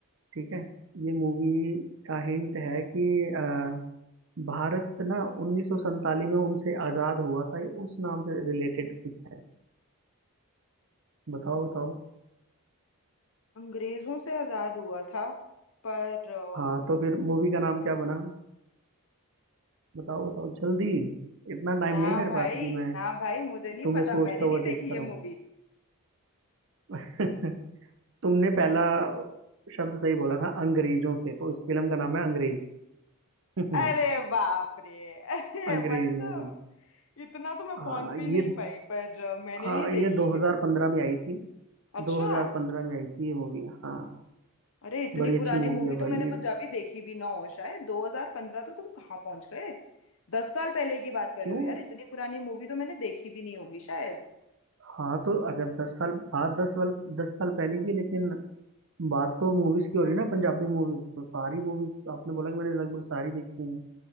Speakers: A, on the right (about 60°); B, on the left (about 60°).
A: ठीक है ये मूवी का हिंट है कि अ, भारत ना उन्नीस सौ सैंतालीस में उनसे आज़ाद हुआ था ये उस नाम से रिलेटेड कुछ है बताओ बताओ
B: अंग्रेजों से आजाद हुआ था पर अ,
A: हाँ तो फिर मूवी का नाम क्या बना बताओ बताओ जल्दी इतना टाइम
B: ना
A: नहीं है मेरे
B: भाई
A: पास कि मैं
B: ना भाई मुझे नहीं
A: तुम्हें
B: पता
A: सोचता
B: मैंने
A: हुआ
B: नहीं
A: देखता
B: देखी ये
A: रहूँ
B: मूवी
A: <laughs> तुमने पहला शब्द सही बोला था अंग्रेजों से तो इस फिल्म का नाम है अंग्रेज <laughs>
B: अरे बाप रे <laughs> अरे
A: अंग्रेज
B: मतलब
A: मूवी
B: इतना तो मैं
A: हाँ
B: पहुंच भी
A: ये
B: नहीं पाई पर अ, मैंने
A: हाँ
B: नहीं देखी
A: ये 2015 में आई थी
B: अच्छा
A: 2015 में आई थी ये मूवी हाँ
B: अरे इतनी
A: बड़ी अच्छी
B: पुरानी
A: मूवी
B: मूवी
A: है
B: तो
A: भाई
B: मैंने
A: ये
B: पंजाबी देखी भी ना हो शायद 2015 तो तुम कहाँ पहुंच गए दस साल पहले की बात कर
A: क्यों
B: रहे हो यार इतनी पुरानी मूवी तो मैंने देखी भी नहीं होगी शायद
A: हाँ तो अगर दस साल बाद दस साल दस साल पहले की लेकिन बात तो मूवीज की हो रही है ना पंजाबी मूवीज तो सारी मूवीज आपने बोला कि मैंने लगभग सारी देखी हैं